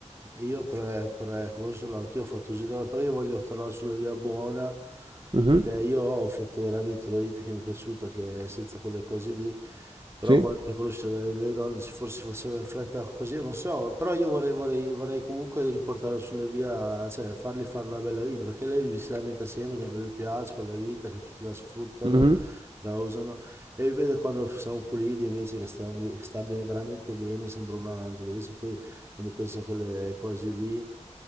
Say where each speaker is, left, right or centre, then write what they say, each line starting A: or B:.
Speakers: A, on the right; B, on the right.
A: io per, per conoscerlo anch'io ho fatto così, no, però io voglio tornare sulla via buona
B: mhm,
A: perché io ho fatto veramente una vita che mi è piaciuta, che è senza quelle cose lì, però
B: Sì?
A: qua- per conoscere le donne se forse faceva in fretta così, non so, però io vorrei, vorrei- vorrei comunque riportare sulla via, cioè fargli fare una bella vita, perché lei mi si lamenta sempre che non le piace quella vita, che tutti la sfruttano
B: mhm.
A: la usano e vi vedo quando siamo puliti invece che stiamo be- sta be- veramente bene, sembra un angelo. Invece poi quando penso a quelle cose lì,